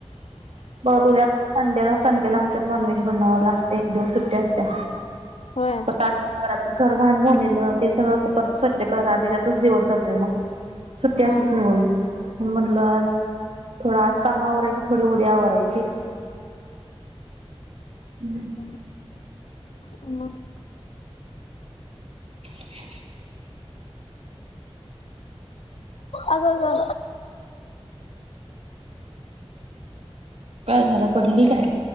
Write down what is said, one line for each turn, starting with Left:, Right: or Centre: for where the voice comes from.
Right: परत उद्या संडेला संडेला आमच्यात नॉनव्हेज बनावावं लागत एक दिवस सुट्ट्या असत्या
Left: होय
Right: कराच घर घाण झालेलं ते सगळं परत स्वच्छ करा त्याच्यातच दिवस जातोय मग सुट्टी
Left: हा
Right: अशीच
Left: हा.
Right: निघून म्हटलं आज थोडा आज कामा वरायची थोडी उद्या वरायची हम्म
Left: ह हम
Right: अच्छा
Left: अग का
Right: का झालं पडली काय